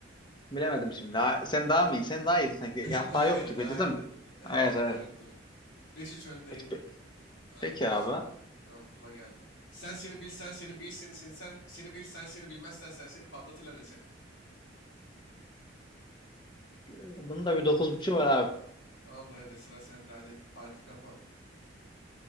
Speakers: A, on the left; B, on the left.
A: bilemedim şimdi. Ha, sen daha mı iyi? Sen daha iyiydin sanki.
B: Benim
A: Ya hata
B: daha
A: yok
B: iyiydi
A: gibi
B: daha
A: dedim.
B: iyiydi. Evet
A: Evet
B: hata
A: evet.
B: yoktu. Beş üç öndeyim.
A: Pe-
B: Bu, aa,
A: Peki
B: bu
A: abi.
B: s- bakalım buna geldik. Sen seni bil sen seni bil seni seni sen seni bil sen seni bilmezsen sen seni patlatırlar seni.
A: Ee, Bunun da bir 9.5'u var abi.
B: Tamamdır hadi sıra sende hadi farkı kapa.